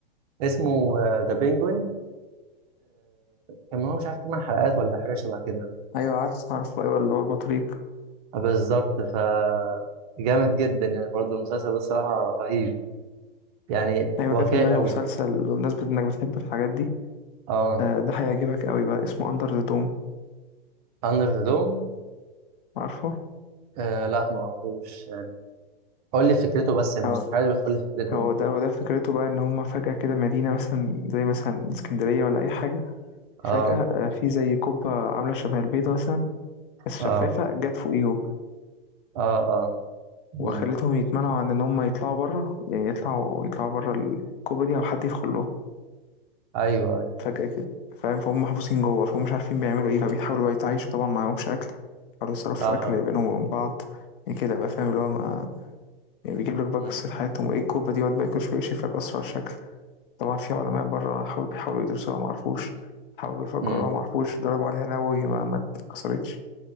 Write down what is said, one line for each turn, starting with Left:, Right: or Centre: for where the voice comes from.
Right: اسمه ذا بينجوين كان هو مش عارف تمن حلقات ولا حاجة شبه كده
Left: أيوة عارف عارف أيوة اللي هو البطريق
Right: آه، بالظبط ف جامد جدا يعني برضه المسلسل ده الصراحة رهيب يعني
Left: أيوة
Right: واقعي
Left: جه في دماغي
Right: قوي
Left: مسلسل بمناسبة إنك بتحب الحاجات دي
Right: اه
Left: آه، ده هيعجبك أوي بقى اسمه أندر ذا دوم
Right: أندر ذا دوم
Left: عارفه؟
Right: آه لا ما اعرفوش يعني قول لي فكرته بس يعني
Left: هو
Right: مش حاجة بس قول لي فكرته
Left: هو
Right: يعني
Left: ده هو ده فكرته بقى إن هما فجأة كده مدينة مثلا زي مثلا اسكندرية ولا أي حاجة
Right: اه
Left: فجأة آه، في زي قبة عاملة شبه البيضة مثلا بس شفافة
Right: اه
Left: جت فوقيهم
Right: اه اه مم.
Left: وخلتهم يتمنعوا عن ان هم يطلعوا بره يعني يطلعوا يطلعوا بره الكوبا دي او حد يدخل لهم
Right: ايوه ايوه
Left: فجأة كده فاهم فهم محبوسين جوه فهم مش عارفين بيعملوا ايه فبيحاولوا بقى يتعايشوا طبعا معهمش اكل بيحاولوا يصرفوا
Right: اه
Left: اكل بينهم وبين بعض يعني كده بقى فاهم اللي هو ما يعني بيجيب لك بقى
Right: مم.
Left: قصة حياتهم وايه الكوبا دي يقعد بقى كل شوية يشوف لك اسرع شكل طبعا في علماء بره حاولوا بيحاولوا يدرسوها ما عرفوش حاولوا يفجروها
Right: مم.
Left: ما عرفوش ضربوا عليها نووي ما ما اتكسرتش